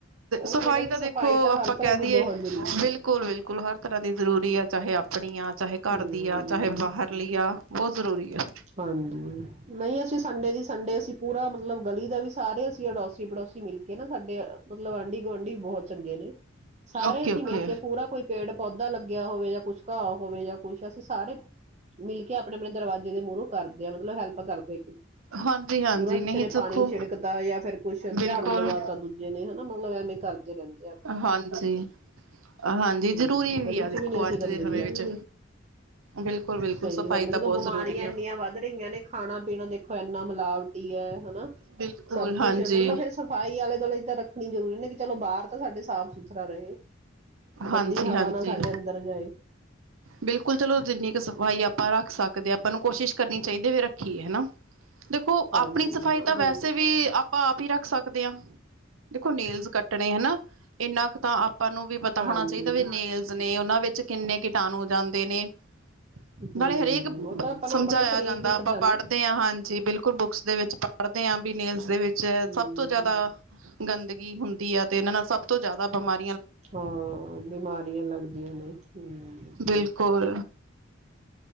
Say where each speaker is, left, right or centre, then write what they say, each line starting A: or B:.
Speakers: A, on the right; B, on the right.
A: ਉਹੀ
B: ਸਫ਼ਾਈ
A: ਹੈ ਨਾ ਵੀ
B: ਤਾਂ
A: ਸਫਾਈ
B: ਦੇਖੋ
A: ਤਾਂ
B: ਆਪਾਂ
A: ਹਰ ਤਰ੍ਹਾਂ
B: ਕਹਿ
A: ਦੀ
B: ਦਈਏ
A: ਬਹੁਤ
B: ਬਿਲਕੁਲ,
A: ਜ਼ਰੂਰੀ
B: ਬਿਲਕੁਲ। ਬਿਲਕੁਲ, ਹਰ ਤਰ੍ਹਾਂ ਦੀ ਜ਼ਰੂਰੀ ਆ ਚਾਹੇ ਆਪਣੀ ਆ। ਚਾਹੇ ਘਰ
A: ਹੈ ਹੂੰ
B: ਦੀ ਆ, ਚਾਹੇ ਬਾਹਰ ਲਈ ਆ, ਬਹੁਤ ਜ਼ਰੂਰੀ ਆ।
A: ਹਾਂਜੀ ਨਹੀਂ ਅਸੀਂ ਸੰਡੇ ਦੀ ਸੰਡੇ ਅਸੀਂ ਪੂਰਾ ਮਤਲਬ ਕਰੀ ਦਾ ਵੀ ਸਾਰੇ ਅਸੀਂ ਅੜੋਸੀ ਪੜੋਸੀ ਮਿਲ ਕੇ ਨਾ ਸਾਡੇ ਮਤਲਬ ਆਂਢੀ ਗੁਆਂਢੀ ਬਹੁਤ ਚੰਗੇ ਨੇ ਸਾਰੇ
B: ਓਕੇ
A: ਅਸੀਂ
B: ਓਕੇ।
A: ਮਿਲ ਕੇ ਪੂਰਾ ਕੋਈ ਪੇੜ ਪੌਦਾ ਲੱਗਾ ਗਿਆਿ ਹੋਵੇ ਜਾਂ ਕੁਛ ਘਾਹ ਹੋਵੇ ਜਾਂ ਕੁਛ ਅਸੀਂ ਸਾਰੇ ਮਿਲ ਕੇ ਆਪਣੇ ਆਪਣੇ ਦਰਵਾਜ਼ੇ ਦੇ ਮੂਰੋ ਕਰਦੇ ਆ ਮਤਲਬ ਹੈਲਪ ਕਰਦੇ
B: ਹਾਂਜੀ ਹਾਂਜੀ
A: ਪੂਰਾ ਕਿਸੇ
B: ਨਹੀਂ
A: ਨੇ
B: ਦੇਖੋ
A: ਪਾਣੀ ਛਿੜਕਤਾ ਜਾਂ ਫਿਰ ਕੁਛ
B: ਬਿਲਕੁਲ
A: ਝਾੜੂ ਲਗਾਤਾ ਦੂਜੇ ਨੇ ਹਨਾ ਮਤਲਬ ਐਵੇਂ ਕਰਦੇ ਰਹਿੰਦੇ ਆ
B: ਹਾਂਜੀ ਹਾਂਜੀ
A: ਹੂੰ
B: ਜਰੂਰੀ ਵੀ
A: ਗਲੀ
B: ਆ
A: ਚ
B: ਦੇਖੋ
A: ਨੀ ਅਸੀਂ
B: ਅੱਜ
A: ਗੰਦਗੀ
B: ਦੇ ਸਮੇ
A: ਰੱਖਦੇ
B: ਵਿੱਚ ਬਿਲਕੁਲ ਬਿਲਕੁਲ
A: ਸਹੀ
B: ਸਫਾਈ
A: ਗੱਲ
B: ਤਾਂ
A: ਹੈ ਜਦੋਂ
B: ਬਹੁਤ
A: ਬਿਮਾਰੀਆਂ
B: ਜ਼ਰੂਰੀ ਆ
A: ਇੰਨੀਆਂ ਵੱਧ ਰਹੀਆਂ ਨੇ ਖਾਣਾ ਪੀਣਾ ਦੇਖੋ ਐਨਾ ਮਿਲਾਵਟੀ ਹੈ ਹੈ ਨਾ
B: ਬਿਲਕੁਲ
A: ਸਭ
B: ਹਾਂਜੀ
A: ਕੁੱਛ ਮਤਲਬ ਫੇਰ ਸਫ਼ਾਈ ਆਲੇ ਦੁਆਲੇਦ ਤਾ ਰੱਖ ਨਹੀ ਜ਼ਰੂਰੀ ਨੀ ਕਿ ਚਲੋ ਬਾਹਰ ਤਾਂ ਸਾਡੇ ਸਾਫ਼ ਸੁਥਰਾ ਰਹੇ ਗੰਦੀ
B: ਹਾਂਜੀ
A: ਹਵਾ
B: ਹਾਂਜੀ
A: ਨਾ ਸਾਡੇ ਅੰਦਰ ਜਾਏ
B: ਬਿਲਕੁਲ ਚਲੋ ਜਿੰਨੀ ਕੀ ਸਫ਼ਾਈ ਆਪਾਂ ਰੱਖ ਸਕਦੇ ਹਾਂ ਆਪਾਂ ਨੂੰ ਕੋਸ਼ਿਸ਼ ਕਰਨੀ ਚਾਹੀਦੀ ਵੀ ਰੱਖੀਏ ਹੈ ਨਾ ਦੇਖੋ
A: ਹਾਂਜੀ
B: ਆਪਣੀ ਸਫ਼ਾਈ
A: ਉਹੀ
B: ਤਾਂ ਵੈਸੇ
A: ਹੈ ਨਾ
B: ਵੀ ਆਪਾਂ ਆਪ ਹੀ ਰੱਖ ਸਕਦੇ ਦੇ ਦੇਖੋ ਨੇੇਲਜ਼ ਕੱਟਣੇ ਹਨਾ ਇੰਨਾ ਕ ਤਾਂ ਆਪ ਆਪਾਂ ਨੂੰ ਵੀ ਪਤਾ
A: ਹਾਂਜੀ
B: ਹੋਣਾ ਚਾਹੀਦਾ ਵੀ ਨੇੇਲਜ਼ ਨੇ ਉਹਨਾਂ ਵਿੱਚ ਕਿੰਨੇ ਸ਼ਾਨ ਹੋ ਜਾਂਦੇ ਨੇ
A: ਹੂੰ
B: ਨਾਲੇ ਹਰੇਕ
A: ਉਹ ਤਾਂ ਆਪਾਂ
B: ਸਮਝਾਇਆ
A: ਨੂੰ ਆਪਣਾ ਸਰੀਰ
B: ਜਾਂਦਾ
A: ਦਿਖਦਾ
B: ਆਪਾਂ
A: ਨਾ
B: ਪੜ੍ਹਦੇ ਹਾਂ ਹਾਂਜੀ ਬਿਲਕੁਲ ਬੁੱਕਸ ਦੇ ਵਿੱਚ ਪੜਦੇ ਆ ਵੀ ਨੇੇਲਸ ਦੇ ਵਿੱਚ ਚ
A: ਹੂੰ
B: ਸਭ ਤੋਂ ਜਿਆਦਾ ਗੰਦਗੀ ਹੁੰਦੀ ਹੈ ਤੇ ਨਾਲ ਸਭ ਤੋਂ ਜ਼ਿਆਦਾ ਬਿਮਾ
A: ਹਾਂ ਬਿਮਾਰੀਆਂ ਲੱਗਦੀਆਂ ਨੇ ਹਮ
B: ਬਿਲਕੁਲ